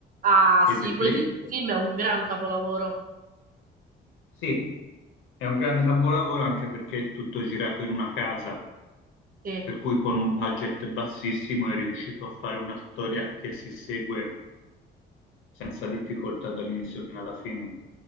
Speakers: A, on the right (about 45°); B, on the left (about 85°).
A: Ah
B: e
A: sì,
B: The
A: quel
B: Place.
A: film è un gran capolavoro.
B: Sì, è un grande capolavoro anche perché è tutto girato in una casa,
A: Sì.
B: per cui con un budget bassissimo è riuscito a fare una storia che si segue senza difficoltà dall'inizio fino alla fine.